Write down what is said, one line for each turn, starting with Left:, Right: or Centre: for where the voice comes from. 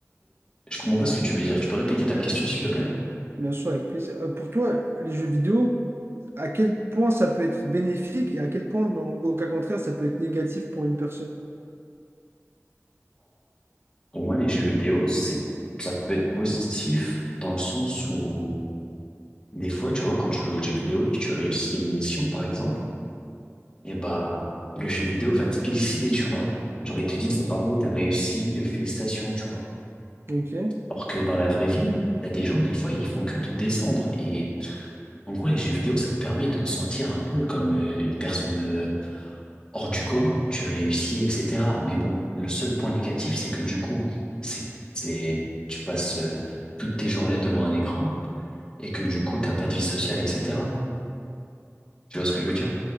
Left: je comprends pas ce que tu veux dire. Tu peux répéter ta question, s'il te plaît?
Right: Bien sûr, avec plaisir. Euh, pour toi, les jeux vidéo, à quel point ça peut être bénéfique et à quel point, dans, au cas contraire, ça peut être négatif pour une personne?
Left: Pour moi, les jeux vidéo, c'est, ça peut être positif dans le sens où, des fois, tu vois, quand tu joues aux jeux vidéo et que tu réussis une mission, par exemple, et bah, le jeu vidéo va te féliciter, tu vois. Genre, il te dit, c'est bravo, t'as réussi, euh, félicitations, tu vois.
Right: Ok.
Left: Alors que dans la vraie vie, t'as des gens, des fois, ils font que te descendre. Et, en gros, les jeux vidéo, ça te permet de te sentir un peu comme euh, une personne, euh, hors du commun, tu réussis, etc. Mais bon, le seul point négatif, c'est que du coup, c'est, c'est, tu passes euh, toutes tes journées devant un écran et que du coup, t'as pas de vie sociale, etc. Tu vois ce que je veux dire?